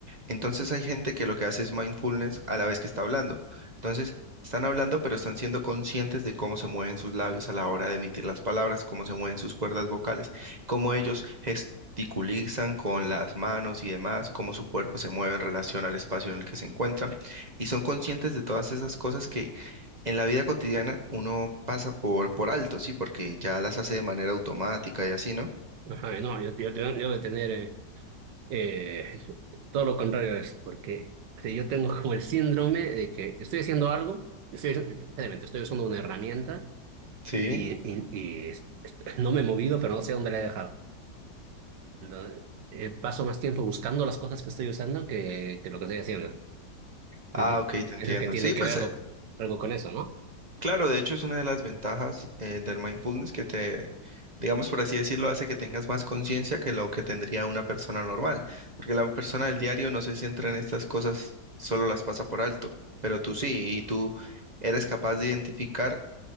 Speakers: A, on the right (about 30°); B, on the right (about 80°).
A: Entonces
B: Ujú.
A: hay gente que lo que hace es mindfulness a la vez que está hablando. Entonces, están hablando, pero están siendo conscientes de cómo se mueven sus labios a la hora de emitir las palabras, cómo se mueven sus cuerdas vocales, cómo ellos gesticulizan con las manos y demás, cómo su cuerpo se mueve en relación al espacio en el que se encuentran y son conscientes de todas esas cosas que en la vida cotidiana uno pasa por, por alto, ¿sí? Porque ya las hace de manera automática y así, ¿no?
B: Ajá, no, yo, yo, yo debo de tener... eh, Eh, todo lo contrario es porque o sea, yo tengo como el síndrome de que estoy haciendo algo, estoy, realmente estoy usando una herramienta
A: Sí.
B: y, y- y es- es- no me he movido, pero no sé dónde la he dejado. Entonces, eh, paso más tiempo buscando las cosas que estoy usando que, que lo que estoy haciendo.
A: Ah,
B: Ujú.
A: ok, te entiendo.
B: Eso que tiene
A: Sí,
B: que
A: pues
B: ver algo,
A: eh,
B: algo con eso, ¿no?
A: claro, de hecho es una de las ventajas eh, del mindfulness que te, digamos por así decirlo, hace que tengas más conciencia que lo que tendría una persona normal, porque la persona del diario no se centra en estas cosas, solo las pasa por alto, pero tú sí, y tú eres capaz de identificar